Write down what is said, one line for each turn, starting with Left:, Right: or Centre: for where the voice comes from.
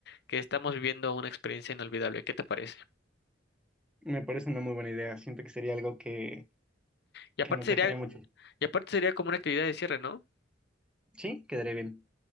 Left: que estamos viviendo una experiencia inolvidable. ¿Qué te parece?
Centre: Me parece una muy buena idea. Siento que sería algo que,
Left: Y aparte
Centre: que nos
Left: sería
Centre: dejaría mucho.
Left: y aparte sería como una actividad de cierre, ¿no?
Centre: Sí, quedaría bien.